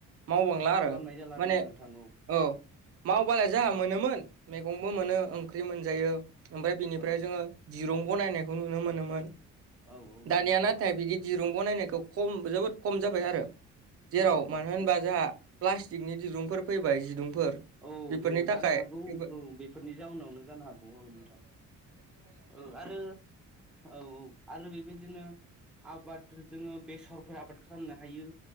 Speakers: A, on the right; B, in the centre.
A: मावबांला आरो
B: खालामनाय जाला आरोना
A: माने
B: नोंथां
A: औ मावबालाय जोंहा मोनोमोन मैगंबो मोनो ओंख्रि मोनजायो ओमफ्राय बिनिफ्राय
B: औ
A: जोङो दिरुं बनायनायखौ नुनो मोनोमोन
B: औ औ
A: दानिया
B: नंगौ नोंथां
A: नाथाय बिदि दिरुं बनायनायखौ खम जोबोद खम जाबाय आरो जेराव
B: औ नोंथां
A: मानो होनबा जोंहा प्लास्टिकनि दिरुंफोर फैबाय जिदुंफोर
B: औ
A: बेफोरनि
B: औ
A: थाखाय
B: जानो हागौ
A: बेफोर
B: औ बेफोरनि जाउनावनो जानो हागौ औ नंगौ नोंथां औ आरो औ औ आरो बेबायदिनो आबाद जोङो बेसरफोर आबाद खालामनो हायो